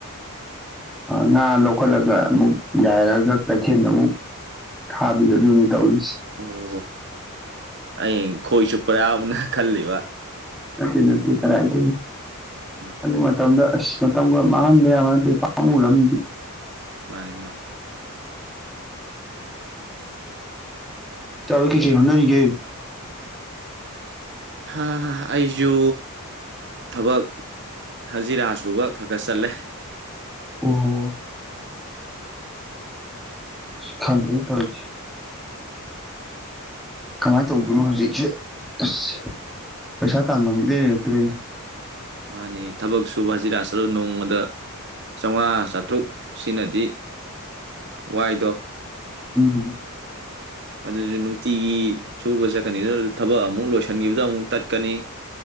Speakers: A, in the centre; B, on the right.
A: ꯉꯥ ꯂꯧꯈꯠꯂꯒ ꯑꯃꯨꯛ ꯌꯥꯏꯔꯒ ꯀꯩꯊꯦꯜꯗ ꯑꯃꯨꯛ ꯊꯥꯕꯤꯗꯣ ꯑꯗꯨꯅꯤ ꯇꯧꯔꯤꯁꯦ
B: ꯑꯣ ꯑꯩ ꯈꯣꯣꯏ ꯆꯨꯞ ꯌꯥꯎꯕꯅ ꯈꯜꯜꯂꯤꯕ
A: ꯅꯠꯇꯦ ꯅꯠꯇꯦ ꯀꯔꯥꯏꯗꯒꯤ
B: ꯎꯝ
A: ꯅꯤ ꯃꯗ <unintelligible> ꯑꯁ ꯃꯇꯝꯒ ꯃꯥꯡꯍꯟꯕ ꯌꯥꯕ ꯅꯠꯇꯦ ꯄꯥꯝꯃꯨꯔꯅꯤ
B: ꯃꯥꯅꯤ ꯃꯥꯅꯤ
A: ꯏꯇꯥꯑꯣ ꯗꯤ ꯀꯔꯤ ꯀꯔꯤ ꯍꯣꯠꯅꯔꯤꯒꯦ
B: ꯍꯥ ꯍꯥ ꯑꯩꯁꯨ ꯊꯕꯛ ꯍꯖꯤꯔꯥ ꯁꯨꯕ ꯈ ꯈ ꯆꯠꯂꯦ
A: ꯑꯣ ꯈꯥꯟꯗ꯭ꯔ ꯇꯣꯏꯁꯤ ꯀꯃꯥꯏꯅ ꯇꯧꯗꯣꯏꯅꯣ ꯍꯧꯖꯤꯛꯁꯦ ꯑꯁ ꯄꯩꯁꯥ ꯇꯥꯟꯕ ꯃꯤꯗ ꯂꯩꯔꯛꯇ꯭ꯔꯦ
B: ꯃꯥꯅꯤ ꯊꯕꯛ ꯁꯨꯕ ꯍꯧꯖꯤꯔ ꯍꯥꯖꯤꯔ ꯅꯣꯡꯃꯗ ꯆꯥꯝꯃꯉꯥ ꯆꯥꯇ꯭ꯔꯨꯛ ꯁꯤꯅꯗꯤ ꯋꯥꯏꯗꯣ
A: ꯎꯝ
B: ꯑꯗꯨꯁꯨ ꯅꯨꯡꯇꯤꯒꯤ ꯁꯨꯕ ꯆꯠꯀꯅꯤ ꯑꯗꯨꯅ ꯊꯕꯛ ꯑꯃꯨꯛ ꯂꯣꯏꯁꯤꯟꯈꯤꯕꯗ ꯑꯃꯨꯛ ꯇꯠꯀꯅꯤ